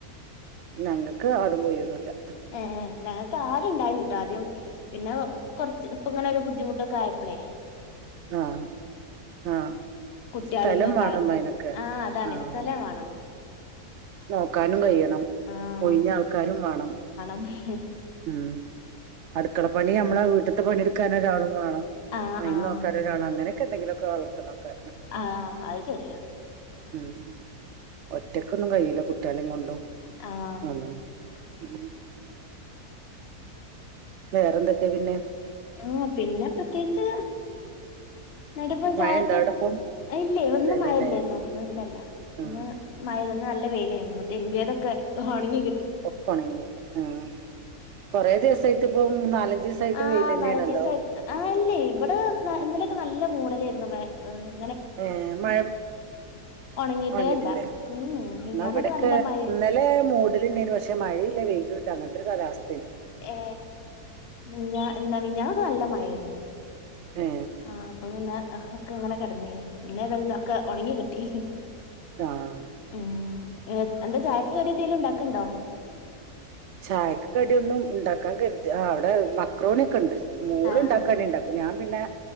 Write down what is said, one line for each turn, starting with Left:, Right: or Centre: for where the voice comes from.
Right: ഞങ്ങൾക്ക് ആടും, കൊഴിയൊന്നുംല്ല.
Left: എ എ ന പാലുണ്ടായി നിട്ടാ ആദ്യം. പിന്നെ കുറച്ച് ഇപ്പ ഇങ്ങനെ ഒരു ബുദ്ധിമുട്ട്. കായപ്പളേ
Right: അഹ് അഹ്
Left: കുട്ട്യാളും
Right: സ്ഥലംവാണം
Left: ഇതൊക്കെ ആയപ്പോ
Right: അയിനൊക്കെ,
Left: ആഹ് അതാണ്
Right: ആഹ
Left: സ്ഥലം വേണം
Right: നോക്കാനും കഴിയണം.
Left: ആഹ്
Right: ഓയിഞ്ഞ ആൾക്കാരും വേണം.
Left: <inaudible>
Right: മ്മ് അടുക്കളപ്പണി, നമ്മളെ വീട്ടത്തെ പണിയെടുക്കാൻ ഒരാളും. വേണം
Left: ആഹ്
Right: അയിന്
Left: ആഹ്
Right: നോക്കാൻ ഒരാള് അങ്ങനെ ക്ക് എന്തകിലൊക്കെ വളർതാനൊക്കെ
Left: അത അത് ശെരിയ.
Right: ഉം ഒറ്റക്കൊന്നും കയില്ല, കുട്ടികളെ കൊണ്ടും.
Left: ആഹ
Right: ഒന്നും <unintelligible> വേറെ എന്തൊക്കെയാ, പിന്നെ?
Left: ആ പിന്നെ പ്രത്യേകിച്ച് നടിപ്പം
Right: മഴ
Left: ചായത്ത്
Right: ഇണ്ടോ അവിടിപ്പം
Left: ഇല്ലേ ഒന്ന്
Right: ഇല്ലല്ലല്ലേ
Left: മയല്ലേന്നു ഇല്ലല്ല
Right: ആഹ്
Left: ഇന്ന് മയ നല്ല വെയിലേർന്നു തിരുമ്പിയൊതൊക്കെ ഉണങ്ങികി
Right: ഒക്കെ ഒണങ്ങി ങ്ആ കൊറേ ദിവസായിട്ട് ഇപ്പം നാലഞ്ച് ദിവസായിട്ട്
Left: ആ
Right: വെയിലന്നെയാണല്ലോ
Left: നാലഞ്ചുസായി ആ ഇല്ലേ ഇവിടെ ന ഇന്നലൊക്കെ നല്ല മൂടലായിരുന്നു വേ ഉഹ്
Right: ഏഹ് മഴ
Left: ഒണങ്ങിട്ടേ
Right: ഉണങ്ങിട്ടില്ലേ
Left: ഇല്ല ഉം മിഞ്ഞാന്നൊക്കെ
Right: എന്ന അവിടൊക്കെ
Left: നല്ല മഴേ
Right: ഇന്നലെ മൂടൽണ്ടായിരുന്നു പക്ഷെ മഴയില്ല വെയി ല്ലാ അങ്ങാത്തൊരു കാലാവസ
Left: ഏ നിങ്ങ എന്നാ പിന്ന നല്ല മഴെനു.
Right: ഏ
Left: അഹ് അപ്പൊ പിന്ന <unintelligible> അങ്ങനെ കടന്നേനൂ. പിന്നഇതല്ലക്കെ ഉണങ്ങി കിട്ടി,
Right: ആഹ്
Left: ഏഹ് ഏഹ് എന്ത ചായക് കടി എന്തെലൂ ഇണ്ടാകിനിണ്ടോ?
Right: ചായക്ക് കടിയൊന്നും ഉണ്ടാക്കാൻ കരുതി അവിടെ മക്രോണി ക്കണ്ട് മോള
Left: ആഹ്
Right: ഉണ്ടാക്കാനെ ഉണ്ടാക്കും, ഞാൻ പിന്നെ